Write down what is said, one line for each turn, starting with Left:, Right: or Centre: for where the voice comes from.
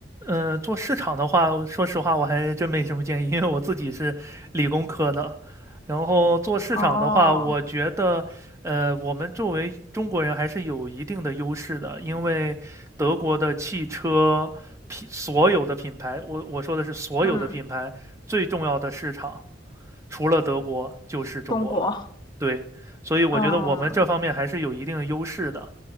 Right: 嗯，做市场的话，说实话我还真没什么建议，因为我自己是理工科的。然后做市场的话，
Left: 哦，
Right: 我觉得，呃，我们作为中国人还是有一定的优势的，因为德国的汽车品所有的品牌，我我说的是所有的品牌，
Left: 嗯，
Right: 最重要的市场除了德国就是中国了。
Left: 中国，
Right: 对，所以我觉得我们这方面还是有一定的优势的。
Left: 嗯，